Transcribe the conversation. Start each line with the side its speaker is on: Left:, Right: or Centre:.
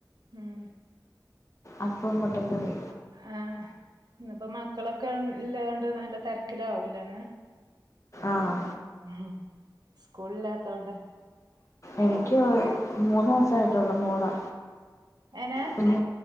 Right: ഉം
Left: അപ്പവും മുട്ടക്കറി
Right: ആ് ഇന്നപ്പോ മക്കളൊക്കെ ഇള്ള കൊണ്ട് നല്ല തരക്കിലാവൂില്ലന്ന്
Left: ആഹ
Right: ഉ സ്കൂളില്ലാത്തോണ്ട്
Left: എനിക്ക് മൂന്ന് മാസായിട്ടുള്ളൂ മോളാ
Right: എനാ
Left: കുഞ്ഞ